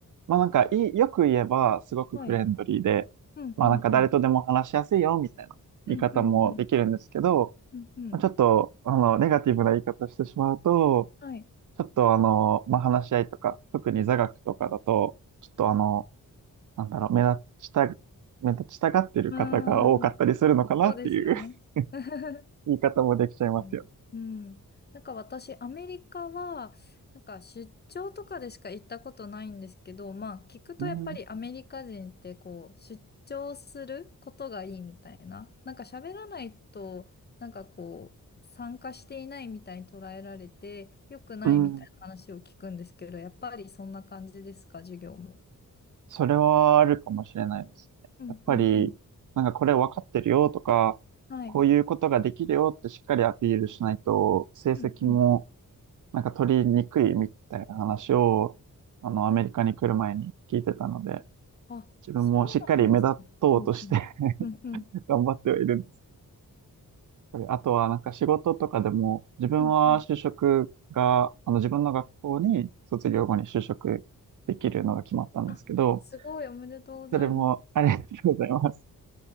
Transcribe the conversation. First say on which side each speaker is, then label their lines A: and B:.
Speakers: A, on the right; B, on the left.
A: まあなんかいい、よく言えばすごくフレンドリーで、
B: はい。うん、
A: まあなんか誰とでも話しやすいよみたいな言い方もできるんですけど、
B: うん、うん。うん、うん、うん。うん、うん。
A: まあちょっと、あの、ネガティブな言い方してしまうと、
B: はい。
A: ちょっとあの、まあ話し合いとか、特に座学とかだと、ちょっとあの、なんだろう、目立ちた、目立ちたがってる方が多かったりするのかなっていう
B: うーん。そうですよね。<laughs> 確か
A: <laughs> 言い方もできちゃいますよね。
B: に。うん。なんか私、アメリカは、なんか出張とかでしか行ったことないんですけど、まあ聞くとやっぱりアメリカ人ってこう、
A: うん。
B: 出張することがいいみたいな。なんか喋らないと、なんかこう、参加していないみたいに捉えられて、良くないみたいな話を聞くんですけど、
A: うん。
B: やっぱりそんな感じですか、授業も。
A: それはあるかもしれないですね。
B: うんうんうん。
A: やっぱり、なんかこれ分かってるよとか、
B: はい。
A: こういうことができるよってしっかりアピールしないと、成績も
B: うんうん。
A: なんか取りにくいみたいな話を、あの、アメリカに来る前に聞いてたので、
B: あ、
A: 自分もしっかり目立とうとして
B: そうなんですね。うんうん。うんうん。
A: <laughs> 頑張ってはいるんです。あとはなんか仕事とかでも、自分は就職が、
B: うんうん
A: あの、自分の学校に卒業後に就職できるのが決まったんですけど、
B: あ、すごい、おめでとうございます。
A: それもありがとうございます。